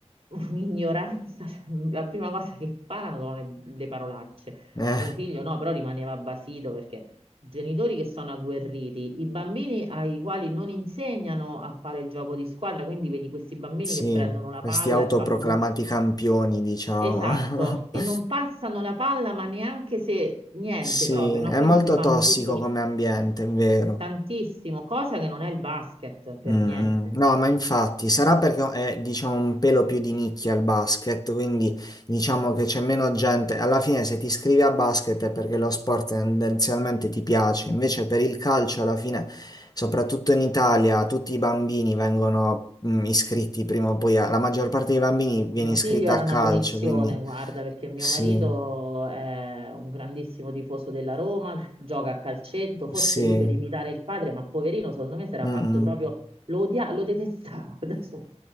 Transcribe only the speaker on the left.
Eh,
sì,
questi
autoproclamati
campioni, diciamo.
<laughs>
Sì,
è
molto
tossico
come ambiente, è vero.
Mm,
mm. No, ma infatti sarà perché è, diciamo, un pelo più di nicchia il basket, quindi diciamo che c'è meno gente. Alla fine, se ti iscrivi a basket è perché lo sport tendenzialmente ti piace. Invece, per il calcio, alla fine, soprattutto in Italia, tutti i bambini vengono, mm, iscritti prima o poi. a- La maggior parte dei bambini viene
iscritta
a
calcio,
quindi
sì,
sì.
Mm,
mm.